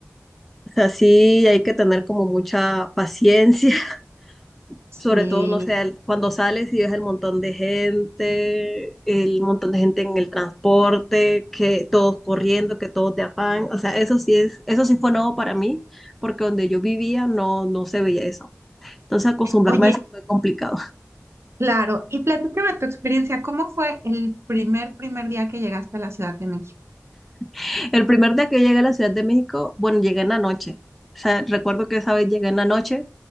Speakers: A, in the centre; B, on the right.
A: O sea, sí hay que tener como mucha paciencia, <laughs>
B: Sí.
A: sobre todo, no sé, el- cuando sales y ves el montón de gente, el montón de gente en el transporte, que todos corriendo, que todos de afán. O sea, eso sí es, eso sí fue nuevo para mí, porque donde yo vivía no, no se veía eso. Entonces acostumbrarme
B: Oye,
A: a eso fue complicado.
B: claro, y platícame tu experiencia, ¿cómo fue el primer, primer día que llegaste a la Ciudad de México?
A: <laughs> El primer día que yo llegué a la Ciudad de México, bueno, llegué en la noche. O sea, recuerdo que esa vez llegué en la noche